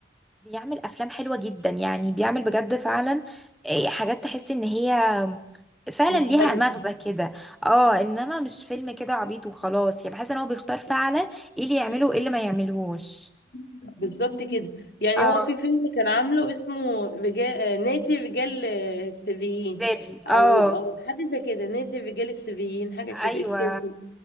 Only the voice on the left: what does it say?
مختلف
بالظبط كده يعني
هو في فيلم كان عامله اسمه رجال آه، نادي رجال آه، السريين
او
او حاجه زي كده نادي رجال السريين حاجه
كده السري